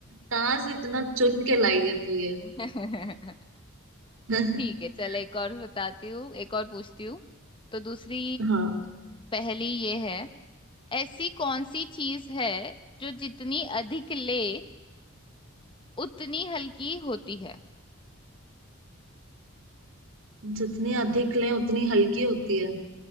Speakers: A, on the right; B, on the left.
A: कहाँ से इतना चुन के लाई है तू ये
B: <laughs>
A: <laughs>
B: ठीक है चल एक और बताती हूँ एक और पूछती हूँ तो दूसरी
A: हाँ
B: पहेली ये है ऐसी कौन सी चीज है जो जितनी अधिक ले उतनी हल्की होती है
A: जितनी अधिक लें उतनी हल्की होती है